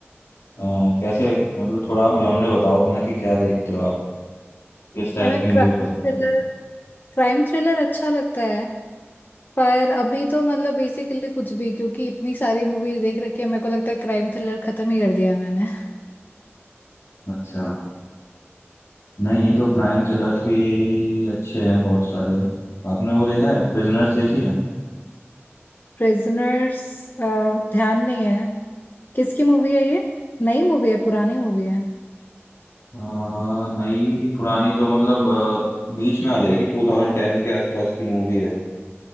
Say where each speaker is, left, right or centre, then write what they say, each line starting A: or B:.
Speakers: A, on the left; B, on the left.
A: अ, कैसे मतलब थोड़ा आप जॉनरे बताओ अपना कि क्या देखते हो आप किस टाइप
B: हमें
A: की मूवी
B: क्राइम
A: पसंद
B: थ्रिलर
A: है आपको?
B: क्राइम थ्रिलर अच्छा लगता है पर अभी तो मतलब बेसिकली कुछ भी क्योंकि इतनी सारी मूवीज देख रखी है मेरे को लगता है क्राइम थ्रिलर खत्म ही कर दिया है मैंने
A: अच्छा नहीं तो क्राइम थ्रिलर्स भी यही अच्छे हैं बहुत सारे आपने वो देखा है प्रिजनर्स देखी है
B: <laughs> प्रिजनर्स ध्यान नहीं है किसकी मूवी है ये नई मूवी है पुरानी मूवी है
A: अ, नई पुरानी तो मतलब अ, बीच में आ जाएगी 2010 के आसपास की मूवी है